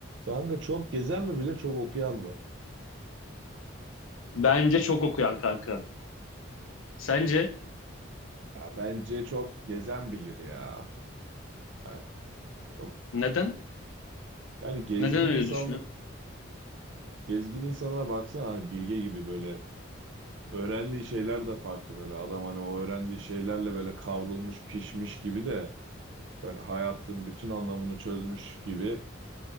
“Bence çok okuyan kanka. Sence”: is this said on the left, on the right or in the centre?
Left